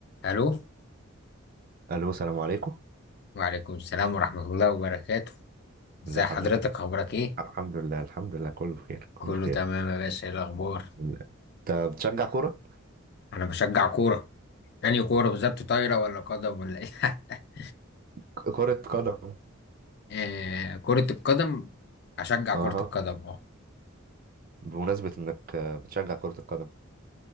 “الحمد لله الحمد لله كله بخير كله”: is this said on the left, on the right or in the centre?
Right